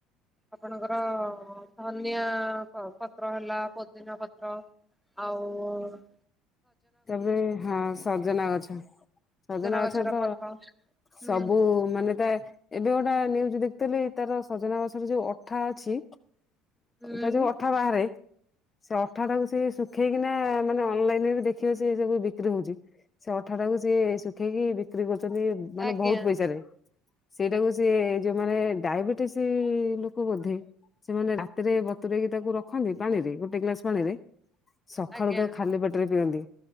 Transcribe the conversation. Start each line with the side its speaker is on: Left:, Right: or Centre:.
Centre: ଆପଣଙ୍କର-ଅ-ଅ-ଅ ଧନିଆ ପତ୍ର ହେଲା, ପୋଦିନା ପତ୍ର ଆଉ-ଉ-ଉ
Left: ତାପରେ ହଁ ସଜନା ଗଛ, ସଜନା
Centre: ଗଛର
Left: ଗଛ ତ
Centre: ପତ୍ର ହୁଁ
Left: ସବୁ ମାନେ ତା ଏବେ ଗୋଟେ <unintelligible> ଦେଖିଥିଲି ତାର ସଜନା ଗଛରେ ଯୋଉ ଅଠା ଅଛି,
Centre: ହୁଁ
Left: ତା ଯୋଉ ଅଠା ବାହାରେ ସେ ଅଠା ଟାକୁ ସେ ଶୁଖେଇକିନା ମାନେ ଅନଲାଇନ ରେ ବି ଦେଖ ଦେଖିବ ସେ ସବୁ ବିକ୍ରି ହଉଛି ସେ ଅଠାଟାକୁ ସି ଶୁଖେଇକି ବିକ୍ରି କରୁଛନ୍ତି ମାନେ
Centre: ଆଜ୍ଞା
Left: ବହୁତ ପଇସାରେ ସେଇଟାକୁ ସିଏ-ଏ-ଏ ଯେଉଁମାନେ ଡାଇବେଟିସ୍ ଲୋ ବୋଧେ ସେମାନେ ରାତିରେ ବତୁରଇକି ତାକୁ ରଖନ୍ତି ପାଣିରେ ଗୋଟେ ଗ୍ଲାସ ପାଣିରେ ସକାଳୁ
Centre: ଆଜ୍ଞା
Left: ତ ଖାଲି ପେଟରେ ପିଅନ୍ତି।